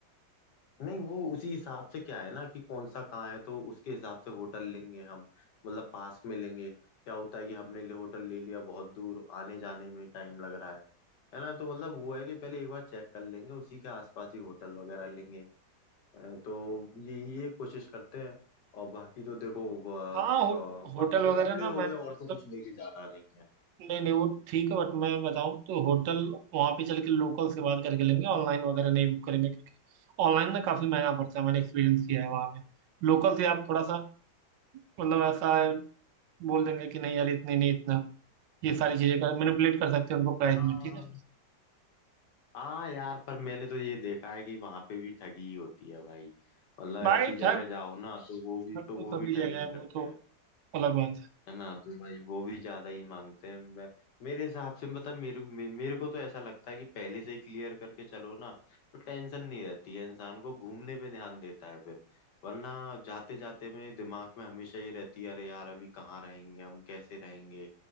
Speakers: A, on the left; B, on the right.
A: नहीं वो उसी हिसाब से क्या है ना कि कौन सा कहाँ है तो उसके हिसाब से होटल लेंगे हम मतलब पास में लेंगे क्या होता है कि हमने ले होटल ले लिया बहुत दूर आने जाने में टाइम लग रहा है है ना तो मतलब वो है कि पहले एक बार चेक कर लेंगे उसी के आसपास ही होटल वगैरह लेंगे अ, तो ये ये कोशिश करते हैं और बाकी तो देखो अ,
B: हाँ
A: क-
B: हो,
A: क-
B: होटल
A: बाकी
B: वगैरह
A: तो कपड़े
B: ना
A: हो
B: मैंने
A: गए और
B: मतलब
A: तो कुछ लेके जाना नहीं है
B: नहीं नहीं वो ठीक है बट मैं बताऊँ तो होटल वहाँ पे चल के लोकल से बात करके लेंगे ऑनलाइन वगैरह नहीं बुक करेंगे क्योंकि ऑनलाइन ना काफ़ी महंगा पड़ता है मैंने एक्सपीरियंस किया है वहाँ पे लोकल से आप थोड़ा सा मतलब ऐसा बोल देंगे कि नहीं यार इतने नहीं इतना ये सारी चीज़ें कर मैनिपुलेट कर सकते हैं उनको प्राइस
A: हाँ
B: में ठीक है
A: हाँ यार पर मैंने तो ये देखा है कि वहां पे भी ठगी ही होती है भाई मतलब
B: भाई
A: ऐसी जगह
B: ठग
A: जाओ ना तो वो भी
B: ठग तो
A: तो वो
B: सभी
A: भी
B: जगह
A: ठगी ही
B: है
A: करते
B: वो तो
A: हैं
B: अलग बात है
A: है ना तो भाई वो भी ज्यादा ही मांगते हैं मैं- मेरे हिसाब से मतलब मेरे मे- मेरे को तो ऐसा लगता है कि पहले से ही क्लियर करके चलो ना तो टेंशन नहीं रहती है इंसान को घूमने पे ध्यान देता है फिर वरना जाते जाते में दिमाग में हमेशा ये रहती है अरे यार अभी कहाँ रहेंगे हम कैसे रहेंगे